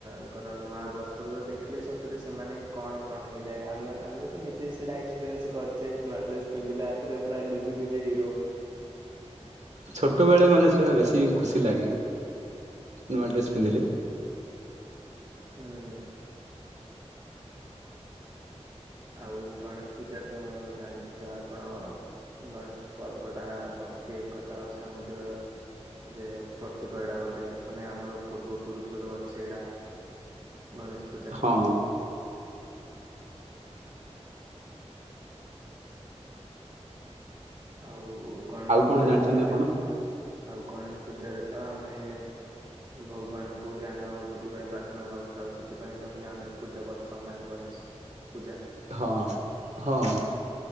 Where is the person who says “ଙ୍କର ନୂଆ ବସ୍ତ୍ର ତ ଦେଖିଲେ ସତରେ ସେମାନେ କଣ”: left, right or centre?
Right